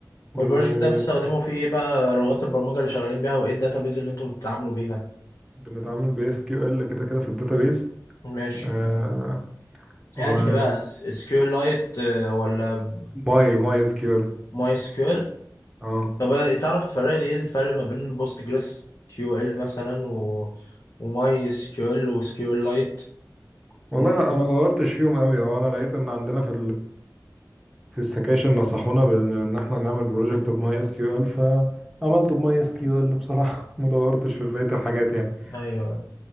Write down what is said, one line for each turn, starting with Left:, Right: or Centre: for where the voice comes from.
Centre: وبنتعامل
Left: والبروجكت ده بتستخدموا فيه ايه بقى لغات البرمجه اللي شغالين بيها وايه الداتابيز اللي انتوا بتتعاملوا بيها
Centre: ب SQL كده كده في الداتابيز
Left: ماشي
Centre: آه و
Left: انهي بقى اس كيو لايت ولا
Centre: ماي ماي اس كيو ال
Left: ماي سكيول
Centre: اه
Left: طب تعرف تفرق لي ايه الفرق ما بين بوست جريس كيو ال مثلا و... وماي اس كيو ال وسكيو ال لايت
Centre: والله
Left: ومن...
Centre: لا
Left: <laughs>
Centre: انا دورتش فيهم قوي هو انا لقيت ان عندنا في في السكاشن نصحونا بان إن احنا نعمل بروجكت بماي اس كيو ال فعملته بماي اس كيو ال بصراحه <laughs> ما دورتش في بقيه الحاجات يعني
Left: ايوه